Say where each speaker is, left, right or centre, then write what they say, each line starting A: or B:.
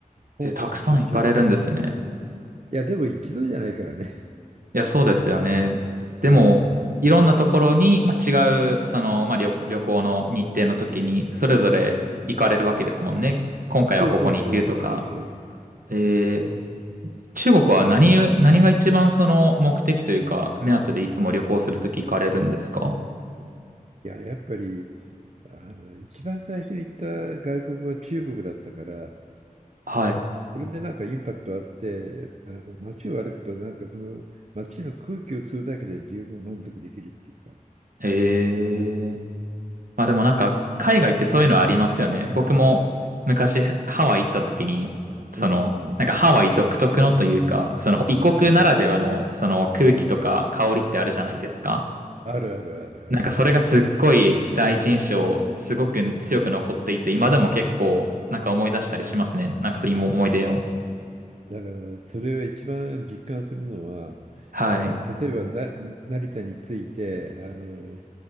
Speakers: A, on the right (about 50°); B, on the right (about 75°).
A: 香港も一応中国である。
B: え、たくさん行かれるんですね。
A: いや、でも一度じゃないからね。
B: いや、そうですよね。でも、
A: うん。
B: いろんなところに、まあ、違う、その、まあ、旅、旅行の日程の時に、それぞれ行かれるわけですもんね。今回はここに行くとか。
A: そうそうそうそうそうそう。
B: えー中国は何、
A: だから、い
B: 何が一番その目的というか、目当てでいつも旅行するとき行かれるんですか
A: や、やっぱり、あの、一番最初に行った外国は中国だったから、
B: はい。
A: それでなんかインパクトあって、あの街を歩くと、なんかその街の空気を吸うだけで十分満足できるっていうか。
B: へえ。まあでもなんか、海外ってそういうのありますよね。僕も昔ハワイ行った時に、その、
A: うんうんう
B: なんかハワイ独特のというか、
A: ん。
B: その異国ならではのその空気とか香りってあるじゃないですか。
A: あるあるあるある。
B: なんかそれがすっごい第一印象、すごく強く残っていて、今でも結構なんか思い出したりしますね。なんか今思い出を。
A: だからそれを一番実感するのは
B: はい。
A: あの例えばな成田に着いてあの